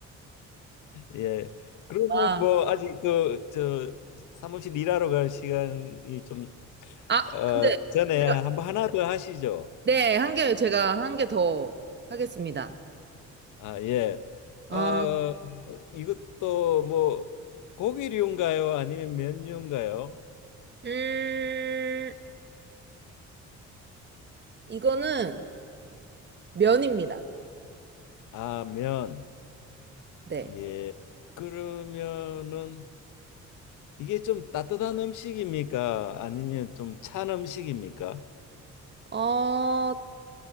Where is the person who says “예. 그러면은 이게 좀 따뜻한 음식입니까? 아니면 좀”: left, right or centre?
Left